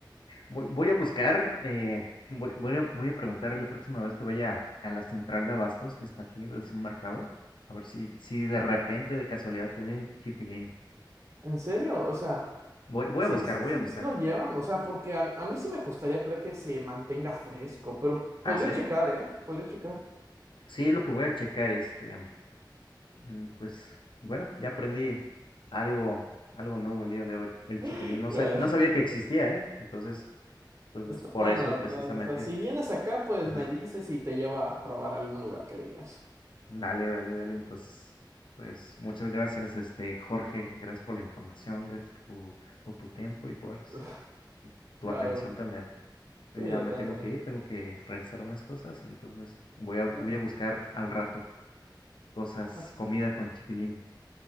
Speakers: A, on the left; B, on the right.
A: voy, voy a buscar, eh, voy, voy a, voy a preguntar la próxima vez que vaya a la central de abastos que está aquí, es un mercado, a ver si, si de repente, de casualidad, tienen chipilín.
B: ¿En serio? O sea...
A: Voy, voy
B: Sí,
A: a buscar,
B: sí,
A: voy
B: sí,
A: a buscar.
B: sí lo llevan, o sea, porque a, a mí sí me costaría creer que se mantenga fresco, pero
A: Ah,
B: podría
A: ¿sí?
B: checar, ¿eh? Podría checar. <gasps>
A: Sí, lo que voy a checar, este, mm, pues, bueno, ya aprendí algo, algo nuevo el día de hoy, el
B: <laughs>
A: chipilín. No,
B: Claro.
A: sab- no sabía que existía, ¿eh? Entonces, entonces,
B: Está
A: por
B: bueno,
A: eso
B: la verdad.
A: precisamente.
B: O sea, si vienes acá, pues
A: ajá.
B: me dices y te llevo a probar algún lugar que digas.
A: Dale, dale, dale. Entonces, pues muchas gracias, este Jorge. Gracias por la información, gracias por tu, por tu tiempo y pues
B: <laughs>
A: tu
B: Claro,
A: atención también. Ya
B: cuídate,
A: me tengo
B: Anthony.
A: que ir, tengo que realizar unas cosas, entonces voy a, voy
B: Sí,
A: a buscar al rato cosas,
B: no,
A: comida con chipilín.